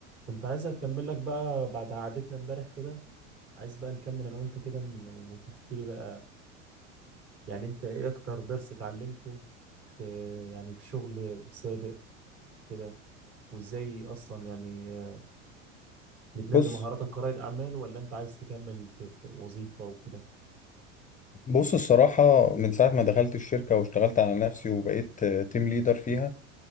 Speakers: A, on the right; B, on the left.
A: كنت عايز اكمل لك بقى بعد قعدتنا امبارح كده عايز بقى نكمل انا وانت كده من- وتحكي لي بقى يعني انت ايه اكتر درس اتعلمته في يعني في شغل سابق كده وازاي اصلا يعني آه، بتنمي
B: بص
A: مهاراتك كرائد اعمال ولا انت عايز تكمل في, في وظيفة وكده
B: بص الصراحة من ساعة ما دخلت الشركة واشتغلت على نفسي وبقيت تيم ليدر فيها